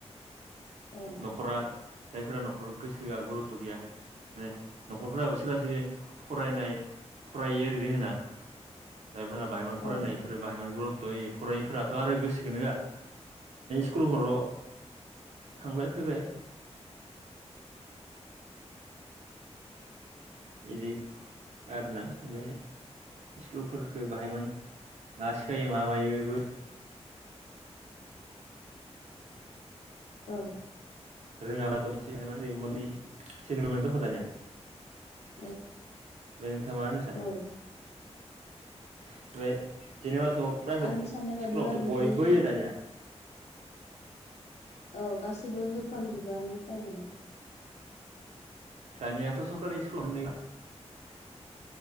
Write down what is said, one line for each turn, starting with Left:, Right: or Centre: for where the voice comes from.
Left: औ
Right: न'खरा जायफोरा न'खर गोसो होआ गुरुथ गैया माने न'खरफोराबो सोरबा सोरबि फरायनाय फरायै ओरै दोङो ना जायफोरा बाहायमान फरायनायफोर
Left: औ
Right: बाहाय बाहाय गुरुत' हो फरायिफोराथ' आरो गोसोखोनो होआ स्कुलखोल' थांबाय फैबाय <unintelligible> इदि आरोना ओमफ्राय स्कुलफोरखो बाहाय मान मा सिखायो मा मायो
Left: ओं
Right: रोङाब्ला दखनोसै ओरै मलि <unintelligible> सलि मोनो दख दानिया ओमफाय
Left: औ
Right: नोंथां मा होननो सानो
Left: ओ
Right: ओमफाय जेनेबाथ' प्राइभेट
Left: आंनि साननाय बादिबा
Right: स्कुलावथ'
Left: बिदिनो
Right: बयबो होयो दानिया
Left: औ गासैबो होफ्रामजोबोआनो प्राइभेटआव
Right: दानियाथ' सरकारि स्कुलाव <unintelligible>